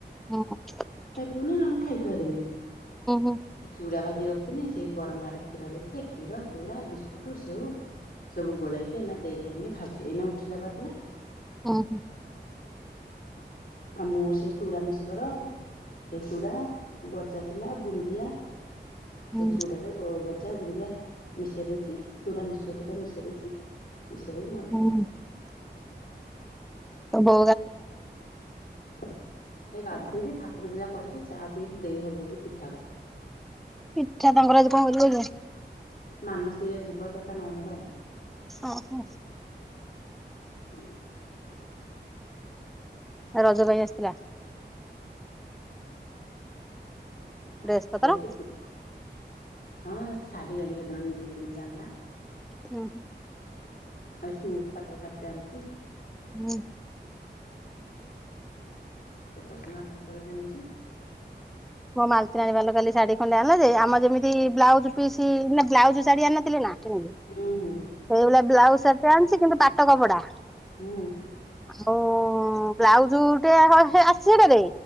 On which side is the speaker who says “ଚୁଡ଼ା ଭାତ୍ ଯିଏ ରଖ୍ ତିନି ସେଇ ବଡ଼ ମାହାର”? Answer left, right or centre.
Left